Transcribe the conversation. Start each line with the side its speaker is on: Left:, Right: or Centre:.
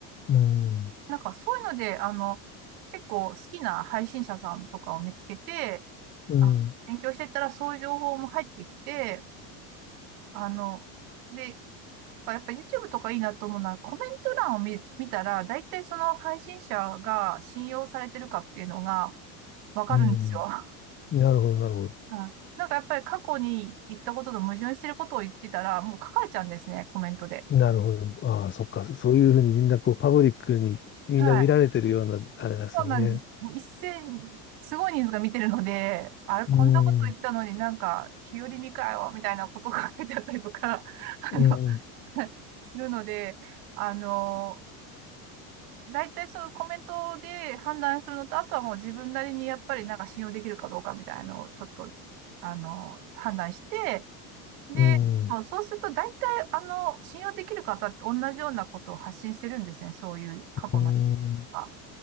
Left: うん、
Right: なんかそういうので、あの、結構好きな配信者さんとかを見つけて、
Left: うん、
Right: あ、勉強していったらそういう情報も入ってきて、あの、で、あやっぱ YouTube とかいいなと思うのは、コメント欄を見、見たら、大体その配信者が信用されてるかっていうのがわかるんですよ。
Left: うん。
Right: <laughs>
Left: なるほど、なるほど。
Right: うん、なんかやっぱり過去に言ったことと矛盾してることを言ってたら、もう書かれちゃうんですね、コメントで。
Left: なるほど。ああ、そっか。そういうふうにみんなこう、パブリックにみんな見られてるような、
Right: はい。
Left: あれなんですよね。
Right: そうなんです。もう一斉に、すごい人数が見てるので、あれ、こんなこと言ったのになんか、
Left: うん、
Right: 日和見かよ、みたいなことが書いてあったりとか、<laughs> あの、
Left: うん、
Right: <laughs> するので、あの、大体そのコメントで判断するのと、あとはもう自分なりにやっぱりなんか信用できるかどうかみたいなのをちょっと、あの、判断して、で、
Left: うん、
Right: もうそうすると大体あの、信用できる方って同じようなことを発信してるんですね。そういう過去の。
Left: うん、
Right: あ